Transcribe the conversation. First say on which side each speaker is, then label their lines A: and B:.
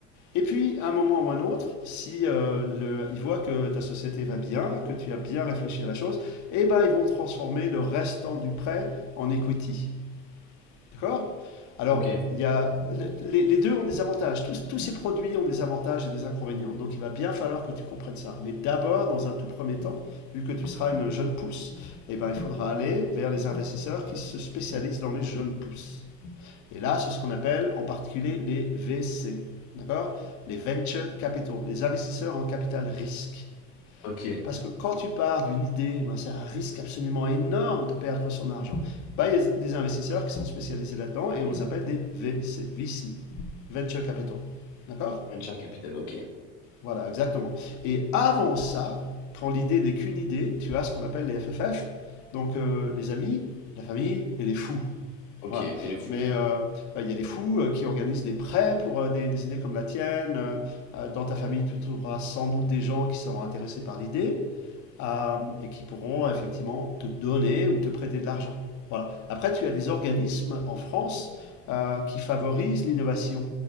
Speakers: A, on the left (about 65°); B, on the left (about 80°).
A: Et puis, à un moment ou un autre, si euh, le, ils voient que ta société va bien, que tu as bien réfléchi à la chose, eh ben, ils vont transformer le restant du prêt en equity. D'accord Alors,
B: OK.
A: il y a, les, les deux ont des avantages. Tous, tous ces produits ont des avantages et des inconvénients. Donc, il va bien falloir que tu comprennes ça. Mais d'abord, dans un tout premier temps, vu que tu seras une jeune pousse, eh ben, il faudra aller vers les investisseurs qui se spécialisent dans les jeunes pousses. Et là, c'est ce qu'on appelle en particulier les VC, d'accord Les venture capital, les investisseurs en capital risque.
B: OK.
A: Parce que quand tu pars d'une idée, ben c'est un risque absolument énorme de perdre son argent. Ben, il y a des investisseurs qui sont spécialisés là-dedans et on les appelle des VC, VC, venture capital, d'accord
B: Venture capital. OK.
A: Voilà, exactement. Et avant ça, quand l'idée n'est qu'une idée, tu as ce qu'on appelle les FFF, donc euh, les amis, la famille et les fous.
B: OK.
A: Voilà.
B: Et le fou.
A: Mais euh, bah, il y a des fous euh, qui organisent des prêts pour euh, des, des idées comme la tienne. Euh, euh, dans ta famille, tu trouveras sans doute des gens qui seront intéressés par l'idée euh, et qui pourront effectivement te donner ou te prêter de l'argent. Voilà. Après, tu as des organismes en France euh, qui favorisent l'innovation